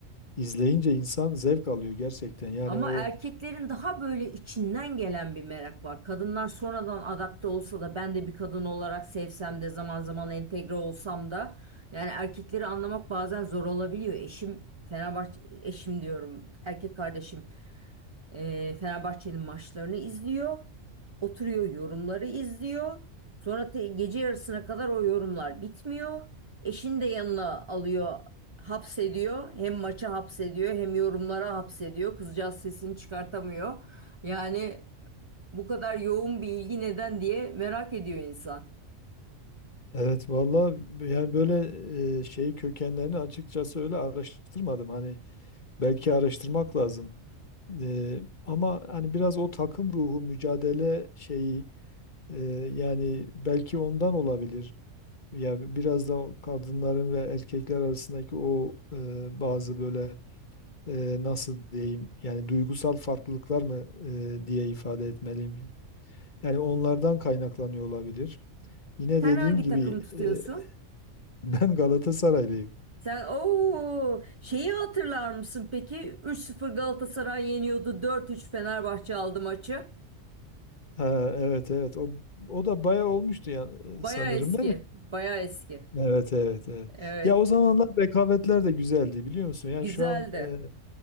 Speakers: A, on the left (about 40°); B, on the right (about 25°).
A: izleyince insan zevk alıyor gerçekten. Yani
B: Ama
A: o
B: erkeklerin daha böyle içinden gelen bir merak var. Kadınlar sonradan adapte olsa da ben de bir kadın olarak sevsem de zaman zaman entegre olsam da yani erkekleri anlamak bazen zor olabiliyor. Eşim Fenerbahçe eşim diyorum. Erkek kardeşim. e, Fenerbahçe'nin maçlarını izliyor. Oturuyor yorumları izliyor. Sonra te- gece yarısına kadar o yorumlar bitmiyor. Eşini de yanına alıyor, hapsediyor. Hem maça hapsediyor hem yorumlara hapsediyor. Kızcağız sesini çıkartamıyor. Yani bu kadar yoğun bir ilgi neden diye merak ediyor insan.
A: Evet valla yani böyle e, şey kökenlerini açıkçası öyle araştırmadım. Hani belki araştırmak lazım. E, ama hani biraz o takım ruhu, mücadele şeyi e, yani belki ondan olabilir. Yani biraz da kadınların ve erkekler arasındaki o e, bazı böyle e, nasıl diyeyim yani duygusal farklılıklar mı e, diye ifade etmeliyim. Yani onlardan kaynaklanıyor olabilir. Yine
B: Sen
A: dediğim
B: hangi
A: gibi
B: takımı tutuyorsun?
A: e, <laughs> ben Galatasaraylıyım.
B: Sen ooo şeyi hatırlar mısın peki? Üç sıfır Galatasaray yeniyordu. dört üç Fenerbahçe aldı maçı.
A: Ha, evet evet o o da bayağı olmuştu ya
B: Baya
A: e, sanırım
B: eski,
A: değil mi?
B: baya eski.
A: Evet evet evet.
B: Evet,
A: Ya o zamanlar rekabetler de güzeldi biliyor musun? Yani
B: güzeldi.
A: şu an e,